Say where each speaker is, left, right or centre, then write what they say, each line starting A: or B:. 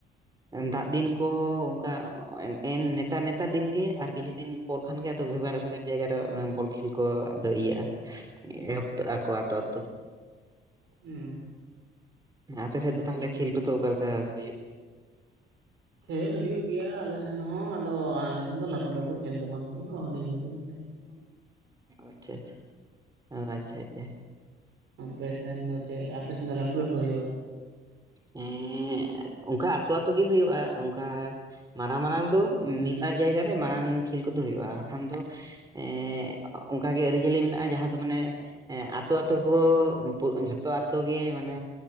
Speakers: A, on the right; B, on the right.
A: ᱫᱟᱜ ᱫᱤᱱ ᱠᱚ ᱚᱱᱠᱟ ᱱᱮᱛᱟᱨ ᱱᱮᱛᱟᱨ ᱫᱤᱱ ᱜᱮ ᱟᱨ ᱠᱤᱪᱷᱩ ᱫᱤᱱ᱾ ᱯᱚᱨ ᱠᱷᱟᱱᱜᱮ ᱟᱫᱚ ᱵᱷᱮᱜᱟᱨ ᱵᱷᱮᱜᱟᱨ ᱡᱟᱭᱜᱟᱟᱨᱮ ᱵᱚᱞ ᱠᱷᱮᱞ ᱠᱚ ᱟᱫᱚ ᱤᱭᱟᱹᱜᱼᱟ᱾ <unintelligible> ᱟᱠᱚ ᱟᱹᱛᱩ ᱟᱹᱛᱩ ᱾
B: ᱦᱩ᱾
A: ᱟᱯᱮᱥᱮᱫ ᱫᱚ ᱛᱟᱦᱚᱞᱮ ᱠᱷᱮᱞ ᱠᱚᱫᱚ ᱚᱠᱟ ᱞᱮᱠᱟ ᱦᱩᱭᱩᱜ
B: ᱠᱷᱮᱞ ᱦᱩᱭᱩᱜ ᱜᱮᱭᱟ ᱟᱞᱮ ᱥᱮᱱ ᱦᱚᱸ ᱟᱫᱚ ᱟᱞᱮᱥᱮᱫ ᱫᱚ ᱞᱟᱹᱴᱩ ᱞᱟᱹᱴᱩ ᱠᱷᱮᱞ ᱫᱚ ᱵᱟᱝ ᱦᱩᱭᱩᱜᱼᱟ ᱦᱩᱰᱤᱧ ᱦᱩᱰᱤᱧ ᱠᱷᱮᱞ ᱜᱮ ᱾ <inaudible>
A: ᱟᱪᱪᱷᱟ ᱟᱪᱪᱷᱟ ᱟᱪᱪᱷᱟ ᱟᱪᱪᱷᱟ᱾
B: ᱟᱯᱮ ᱥᱮᱱ ᱫᱚ ᱪᱮᱫ ᱟᱯᱮᱥᱮᱱ ᱫᱚ ᱞᱟᱹᱴᱩ ᱞᱟᱹᱴᱩ ᱦᱩᱭᱩᱜᱼᱟ?
A: ᱮᱸ ᱚᱱᱠᱟ ᱟᱛᱳ ᱟᱛᱳ ᱜᱮ ᱦᱩᱭᱩᱜᱼᱟ ᱚᱱᱠᱟ ᱢᱟᱨᱟᱝ ᱢᱟᱨᱟᱝ ᱫᱚ ᱢᱤᱫ ᱵᱟᱨ ᱡᱟᱭᱜᱟ ᱨᱮ ᱢᱟᱨᱟᱝ ᱠᱷᱮᱞ ᱠᱚᱫᱚ ᱦᱩᱭᱩᱜᱼᱟ ᱵᱟᱠᱷᱟᱱ ᱫᱚ ᱮ ᱚᱱᱠᱟᱜᱮ ᱟᱹᱨᱤᱪᱟᱹᱞᱤ ᱢᱮᱱᱟᱜᱼᱟ ᱡᱟᱦᱟᱸ ᱫᱚ ᱢᱟᱱᱮ ᱟᱛᱳ ᱟᱛᱳ ᱠᱚ ᱡᱷᱚᱛᱚ ᱟᱛᱳ ᱜᱮ ᱢᱟᱱᱮ